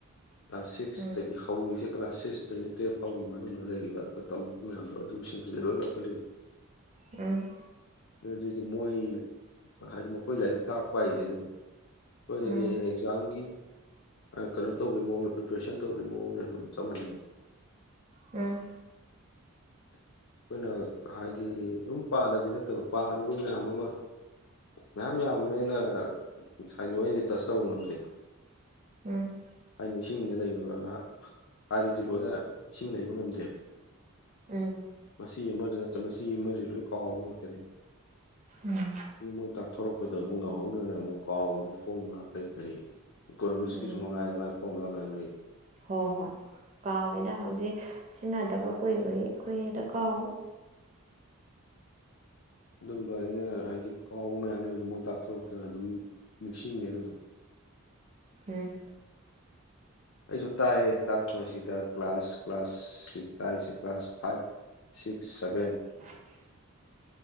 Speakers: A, on the left (about 60°); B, on the right (about 35°).
A: ꯀ꯭ꯂꯥꯁ ꯁꯤꯛꯁꯇꯒꯤ
B: ꯎꯝ
A: ꯍꯧꯔꯤꯁꯦ ꯀ꯭ꯂꯥꯁ ꯁꯤꯛꯁꯇꯩꯅ ꯇꯨꯌꯦꯦꯜꯞ ꯐꯥꯎꯒꯤ ꯃꯅꯨꯡꯗ ꯂꯩꯔꯤꯕ ꯑꯩꯈꯣꯏ ꯇꯝꯃꯛꯄ ꯃꯌꯥꯝꯗꯣ ꯑꯗꯨꯁꯤꯡꯗꯨꯗꯤꯦ ꯂꯣꯏ ꯂꯧꯈꯠꯂꯤꯕ <inaudible>
B: ꯎꯝ
A: ꯑꯗꯨ ꯑꯗꯨꯑꯣꯏꯗꯤ ꯃꯣꯏ ꯍꯥꯏꯗꯤ ꯃꯈꯣꯏ ꯂꯥꯏꯔꯤꯛ ꯇꯥꯛꯄ ꯍꯥꯏꯁꯦ ꯑꯗꯨꯝ ꯍꯣꯏ ꯑꯗꯨꯗꯤ
B: ꯎꯝ
A: ꯑꯦꯛꯖꯥꯝꯒꯤ ꯀꯩꯅꯣ ꯇꯧꯕꯒꯤ ꯃꯑꯣꯡꯗ ꯄ꯭ꯔꯤꯄꯦꯔꯦꯁꯟ ꯇꯧꯕꯒꯤ ꯃꯑꯣꯡꯗ ꯑꯗꯨꯝ ꯆꯞ ꯃꯥꯟꯅꯩ
B: ꯎꯝ
A: <inaudible> ꯑꯩꯈꯣꯏꯅ ꯍꯥꯏꯗꯤ ꯑꯗꯨꯝ ꯄꯥꯗꯕꯤꯗꯤ ꯅꯠꯇꯕ ꯄꯥꯔꯨꯕ ꯃꯌꯥꯝ ꯑꯃ ꯃꯌꯥꯝ ꯌꯥꯝꯕꯅꯦꯅ ꯉꯁꯥꯏ ꯂꯣꯏꯅꯗꯤ ꯇꯁ ꯇꯧꯕ ꯉꯝꯗꯦꯗꯣ
B: ꯎꯝ
A: ꯍꯥꯏ ꯅꯤꯡꯁꯤꯡꯉ ꯂꯩꯕ ꯍꯥꯏꯔꯗꯤ ꯂꯣꯏꯅ ꯅꯤꯡꯁꯤꯡꯅ ꯂꯩꯕ ꯉꯝꯗꯦꯕ
B: ꯎꯝ
A: ꯁꯤ ꯑꯃꯗ ꯅꯠꯇ꯭ꯔ ꯃꯁꯤ ꯑꯃꯗꯤ ꯂꯣꯏ ꯀꯥꯎꯕ ꯉꯥꯛꯇꯅꯤ
B: ꯎꯝ
A: ꯃꯣꯏ ꯇꯥꯛꯊꯣꯔꯛꯄꯗ ꯑꯃꯨꯛ ꯅꯧꯍꯧꯅꯅ ꯑꯃꯨꯛ ꯀꯥꯎꯒꯤꯕ ꯐꯣꯃꯨꯂꯥ ꯀꯔꯤ ꯀꯔꯤ ꯏꯀꯣꯅꯣꯃꯤꯛꯁꯀꯤꯁꯨ
B: ꯎꯝ
A: ꯃꯉꯥꯏ ꯃꯥꯏ ꯐꯣꯡꯕ꯭ꯔꯥ ꯃꯌꯥꯝ ꯂꯩꯌꯦ
B: ꯍꯣꯏ ꯍꯣꯏ ꯀꯥꯎꯋꯦꯗ ꯍꯧꯖꯤꯛ ꯁꯤꯖꯤꯟꯅꯗꯕ ꯀꯨꯏꯕꯒꯤ ꯀꯨꯏꯔꯦꯗ ꯀꯥꯎ
A: ꯑꯗꯨꯝꯕ ꯑꯩꯅ ꯍꯥꯏꯗꯤ ꯀꯥꯎꯕ ꯃꯌꯥꯝ ꯂꯩꯕꯗ ꯃꯣꯏ ꯇꯥꯛꯊꯣꯔꯛꯄꯗ ꯑꯗꯨꯝ ꯅꯤꯡꯁꯤꯡꯉꯦꯕ ꯑꯗꯨꯝ
B: ꯎꯝ
A: ꯑꯩꯁꯨ ꯇꯥꯛꯑꯦ ꯇꯥꯛꯄꯁꯤꯗ ꯀ꯭ꯂꯥꯁ ꯀ꯭ꯂꯥꯁ ꯁꯤ ꯇꯥꯛꯏꯁꯦ ꯀ꯭ꯂꯥꯁ ꯐꯥꯏꯚ ꯁꯤꯛꯁ ꯁꯚꯦꯟ
B: <unintelligible>